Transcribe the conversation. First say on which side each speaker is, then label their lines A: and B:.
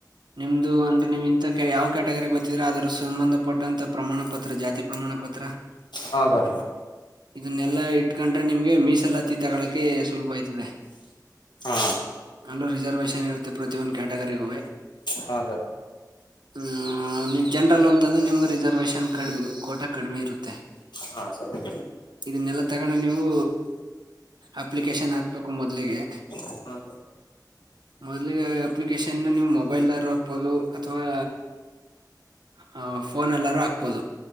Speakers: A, on the right; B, on the left.
A: ನಿಮ್ದು ಅಂದ್ರೆ ನೀವ್ ಇಂತ ಯಾವ್ ಕ್ಯಾಟಗರಿ ಬರ್ತಿದ್ರೆ ಅದ್ರ ಸಂಬಂಧಪಟ್ಟಂತ ಪ್ರಮಾಣ ಪತ್ರ ಜಾತಿ ಪ್ರಮಾಣ ಪತ್ರ <unintelligible>
B: ಹೌದಾ
A: ಇದನ್ನೆಲ್ಲಾ ಇಟ್ಕೊಂಡ್ರೆ ನಿಮ್ಗೆ ಮೀಸಲಾತಿ ತಗಳಕೆ ಸುಲಭ ಆಯ್ತದೆ
B: ಹಾ
A: ಅಲ್ಲೂ ರಿಸರ್ವೇಷನ್ ಇರುತ್ತೆ ಪ್ರತಿಯೊಂದು ಕ್ಯಾಟಗರಿಗೂ
B: ಹಾ ಸರ್
A: ಹ್ಮ್ ನೀವ್ ಜನರಲ್ ಅಂತಂದ್ರೆ ನಿಮ್ಗೆ ರಿಸರ್ವೇಶನ್ ಕಡ್ಮಿ ಕೋಟ ಕಡಿಮೆ ಇರುತ್ತೆ
B: ಹಾ ಸರಿ
A: ಇದನ್ನೆಲ್ಲ ತಗೊಂಡು ನೀವು ಅಪ್ಲಿಕೇಶನ್ ಹಾಕ್ಬೇಕು ಮೊದ್ಲಿಗೆ
B: ಹಾ ಸರ್
A: ಮೊದಲಿಗೆ ಅಪ್ಲಿಕೇಶನ್ ನೀವು ಮೊಬೈಲ್ ಲಾರು ಹಾಕ್ಬೋದು ಅಥವಾ ಹ ಫೋನ್ ಅಲ್ಲಾರೂ ಹಾಕ್ಬೋದು